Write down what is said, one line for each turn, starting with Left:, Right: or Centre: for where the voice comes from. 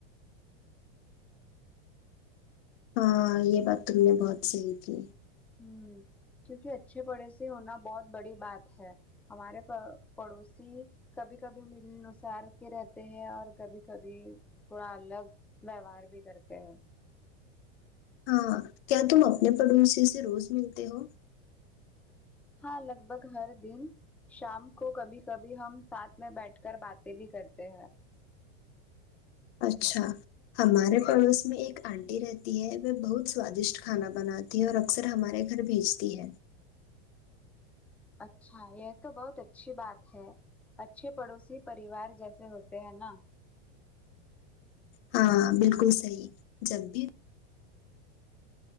Left: ہاں یہ بات تم نے بہت صحیح کی
Centre: ھممم کیونکہ اچھے پڑوسی ہونا بہت بڑی بات ہے ہمارے پڑ پڑوسی کبھی کبھی ملنسار کے رہتے ہیں اور کبھی کبھی تھوڑا الگ ویوہار بھی کرتے ہیں
Left: ہاں کیا تم اپنے پڑوسی سے روز ملتے ہو
Centre: ہاں لگ بھگ ہر دن شام کو کبھی کبھی ہم ساتھ میں بیٹھ کر باتیں بھی کرتے ہیں
Left: اچھا ہمارے پڑوس میں ایک آنٹی رہتی تی ہے وہ بہت سوادشٹ کھانا بناتی ہے اور اکثر ہمارے گھر بھیجتی ہے
Centre: اچھا یہ تو بہت اچھی بات ہے اچھے پڑوسی پریوار جیسے ہوتے ہیں نا
Left: ہاں بالکل صحیح جب بھی